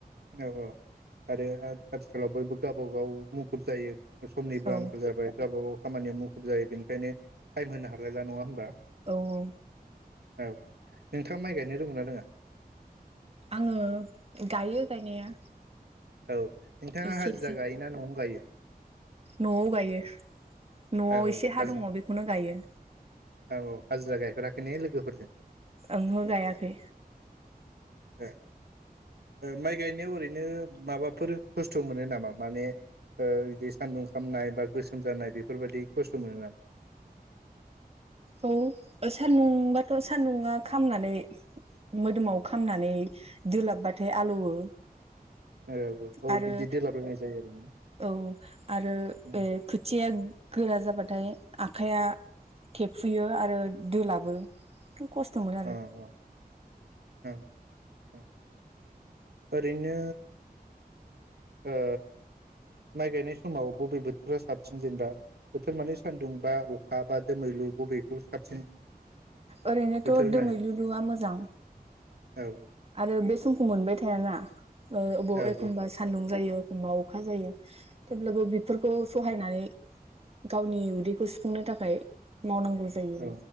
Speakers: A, on the right (about 85°); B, on the right (about 40°).
A: औ औ आरो आथ आथिखालाव बयबो गावबागाव मुखुब जायो। ओ‌ समनिबो
B: औ
A: आंखाल जाबाय गावबा गाव खामानिया मुखुब जायो बेनिखायनो टाइम होनो हालायला नङा होनबा?
B: औ औ।
A: औ औ नोंथाङा माइ गायनो रोंगौना रोङा?
B: आङो गायो गायनाया।
A: औ। नोंथाङा
B: एसे
A: हाजिरा
B: एसे
A: गायोना न'आवनो गायो?
B: न'आव गायो न'आव
A: औ औ
B: एसे हा
A: हाजि
B: दङ बेखौनो गायो।
A: औ औ हाजिरा गायफेराखै ने लोगोफोरजों?
B: ओंहो‌ गायाखै।
A: ए ओ माइ गायनायाव ओरैनो माबाफोर खस्थ मोनो नामा माने ओ इदि सान्दुं खामनाय बा गोसोम जानाय बेफोरबायदि खस्थ मोनो नामा?
B: औ सान्दुंबाथ' सान्दुंङआ खामनानै मोदोमाव खामनानै दोलाबबाथाय आलौओ।
A: औ औ औ
B: आरो
A: बिदि देलाबायनाय जायो आरो ना
B: औ आरो
A: उम
B: बे खोथिया गोरा जाबाथाय। आखाइया थेफुयो आरो दोलाबो। खस्थमोनो आरो।
A: औ औ औ औ ओरैनो ओ‌ माइ गायनाय समाव बबे बोथोरा साबसिन जेनेबा बोथोर माने सानदुं बा अखा बा दोमैलु बबेखौ साबसिन?
B: ओरैनोथ
A: बोथोर होननानै
B: दोमैललुआ मोजां
A: औ
B: आरो बे सम मोनबाय थायाना। ओ‌
A: औ
B: अबाव
A: औ
B: एखनबा
A: औ
B: सान्दुं जायो। एखमबा अखा जायो थेवब्लाबो बेफोरखौ सहायनानै गावनि उदैखौ सुफुंनो थाखाय मावनांगौ जायो
A: औ